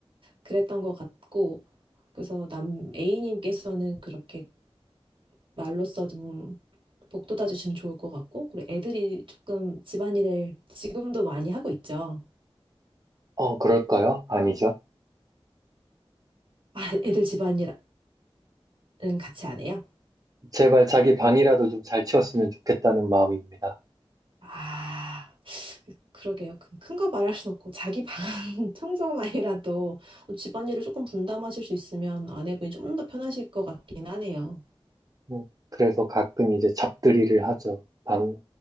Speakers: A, on the right (about 60°); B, on the right (about 40°).
A: 그랬던 것 같고, 그래서 남 A님께서는 그렇게 말로써 좀 복돋아 주시면 좋을 것 같고, 그리고 애들이 조금 집안일을 지금도 많이 하고 있죠.
B: 어, 그럴까요? 아니죠.
A: 아, 애들 집안일은 같이 안 해요?
B: 제발 자기 방이라도 좀 잘 치웠으면 좋겠다는 마음입니다.
A: 아. 그러게요. 큰 거 말할 순 없고 자기 방 <laughs> 청소만이라도 뭐 집안일을 조금 분담하실 수 있으면 아내분이 좀 더 편하실 것 같긴 하네요.
B: 음, 그래서 가끔 이제 잡들이를 하죠. 방,